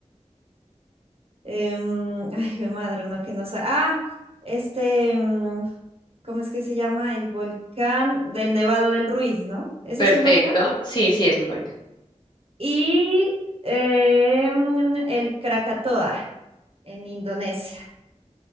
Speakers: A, on the right (about 55°); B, on the left (about 40°).
A: Em, ay, jue madre, uno que no sabe. Ah, este, em, ¿cómo es que se llama? El volcán del Nevado del Ruiz, ¿no? Ese
B: Perfecto.
A: es un volcán.
B: Sí, sí, es un volcán.
A: Y em, el Krakatoa en Indonesia.